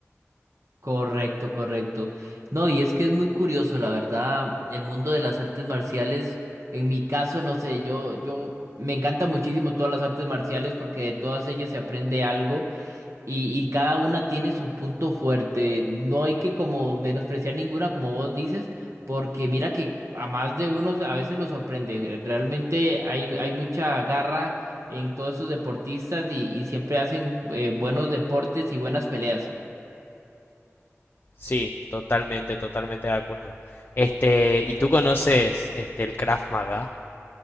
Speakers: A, on the right; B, on the left.
A: Correcto, correcto. No, y es que es muy curioso, la verdad, el mundo de las artes marciales, en mi caso, no sé, yo, yo me encanta muchísimo todas las artes marciales porque de todas ellas se aprende algo. y, y cada una tiene su punto fuerte. No hay que como menospreciar ninguna, como vos dices, porque mira que a más de unos a veces lo sorprende. Realmente hay, hay mucha garra en todos esos deportistas y, y siempre hacen eh, buenos deportes y buenas peleas.
B: Sí, totalmente, totalmente de acuerdo. Este, ¿y tú conoces este el Krav Maga?